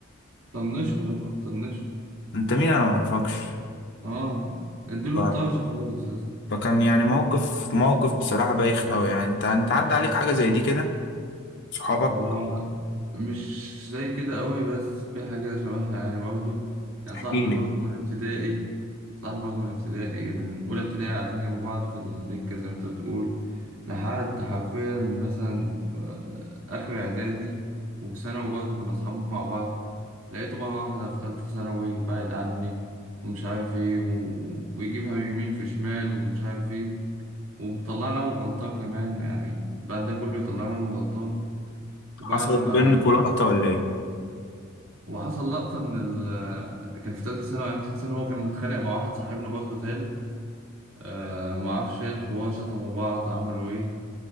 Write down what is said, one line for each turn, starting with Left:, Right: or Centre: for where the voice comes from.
Right: طنشه يا بابا، طنشه
Left: <laughs> انت مين انا ما اعرفكش
Right: اه اديله
Left: ف-
Right: الطرشه خالص يا اسطى
Left: فكان يعني موقف موقف بصراحة بايخ قوي يعني انت انت عدى عليك حاجة زي دي كده صحابك
Right: هو مش زي كده قوي بس في حاجة شبهها يعني برضه يعني
Left: احكي
Right: صاحبي
Left: لي
Right: برضه من ابتدائي صاحبي برضه من ابتدائي من أولى ابتدائي قاعدين جنب بعض في الدكة زي ما أنت بتقول لحد حرفيا مثلا آه، آخر إعدادي وثانوي برضه كنا أصحاب مع بعض لقيته مرة واحدة في تالتة ثانوي بعد عني ومش عارف إيه و... ويجيبها يمين في شمال ومش عارف إيه وطلعنا من غلطان كمان يعني بعد ده كله يطلعنا من غلطان وبعد
Left: حصل
Right: ما
Left: بينكوا لقطة ولا ايه
Right: وحصل لقطة إن ال كان في تالتة ثانوي أيام تالتة ثانوي هو كان متخانق مع واحد صاحبنا برضه تالت آه معرفش إيه الحوار شتموا بعض عملوا إيه